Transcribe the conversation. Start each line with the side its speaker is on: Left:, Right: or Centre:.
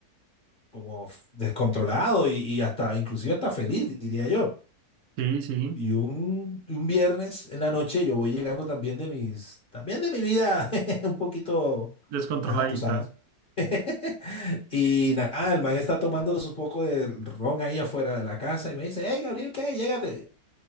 Left: como f- descontrolado y, y hasta, inclusive hasta feliz, diría yo.
Right: sí, sí,
Left: Y un, y un viernes en la noche yo voy llegando también de mis, también de mi vida <laughs> un poquito,
Right: descontroladita.
Left: ajá, tú sabes. <laughs> Y nada, el man está tomando su poco de ron ahí afuera de la casa y me dice, hey, Gabriel, ¿qué? Llégate.